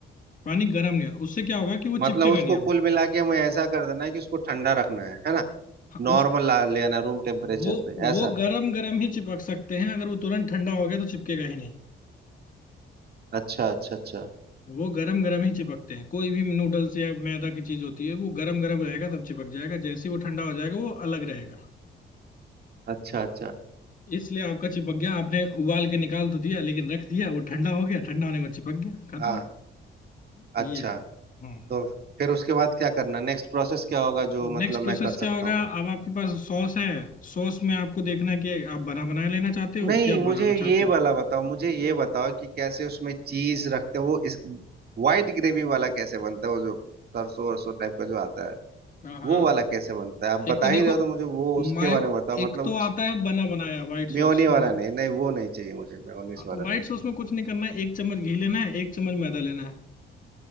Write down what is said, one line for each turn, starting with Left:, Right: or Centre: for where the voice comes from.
Left: पानी गर्म नहीं होगा उससे क्या होगा कि वो
Right: मतलब
Left: चिपकेगा
Right: उसको
Left: नहीं अब
Right: कुल मिला के हमें ऐसा कर देना है कि उसको ठंडा रखना है है ना
Left: हाँ, उस
Right: नॉर्मल ला लेना रूम टेम्परेचर
Left: वो
Right: पे
Left: वो
Right: ऐसा
Left: गर्म गर्म ही चिपक सकते हैं अगर वो तुरंत ठंडा हो गया तो चिपकेगा ही नहीं
Right: अच्छा अच्छा अच्छा
Left: वो गर्म गर्म ही चिपकते हैं कोई भी नूडल्स या मैदा की चीज होती है वो गर्म गर्म रहेगा तब चिपक जाएगा जैसे ही वो ठंडा हो जाएगा वो अलग रहेगा
Right: अच्छा अच्छा
Left: इसलिए आपका चिपक गया आपने उबाल के निकाल तो दिया लेकिन रख दिया वो ठंडा हो गया ठंडा होने के बाद चिपक गया खत्म
Right: हाँ अच्छा
Left: ये है। हाँ
Right: तो फिर उसके बाद क्या करना नेक्स्ट प्रोसेस क्या होगा जो मतलब
Left: नेक्स्ट प्रोसेस
Right: मैं कर
Left: क्या
Right: सकता
Left: होगा
Right: हूँ
Left: अब आपके पास सॉस है सॉस में आपको देखना है कि आप बना बनाया लेना चाहते
Right: नहीं
Left: हो क्या आप
Right: मुझे
Left: बनाना
Right: ये
Left: चाहते
Right: वाला
Left: हो
Right: बताओ मुझे ये बताओ कि कैसे उसमें चीज रखते हैं वो इस वाइट ग्रेवी वाला कैसे बनता है वो जो सरसों वरसों टाइप का जो आता है
Left: हाँ हाँ
Right: वो वाला कैसे बनता है आप
Left: एक
Right: बता
Left: तो
Right: ही
Left: देखो
Right: रहे हो तो मुझे वो उसके
Left: मायो
Right: बारे में बताओ
Left: एक
Right: मतलब
Left: तो आता है बना बनाया व्हाइट सॉस
Right: मेयोनी वाला
Left: मतलब
Right: नहीं नहीं वो नहीं चाहिए मुझे मेयोनीस
Left: हाँ
Right: वाला
Left: तो व्हाइट
Right: नहीं चाहिए
Left: सॉस में कुछ नहीं करना है एक चम्मच घी लेना है एक चम्मच मैदा लेना है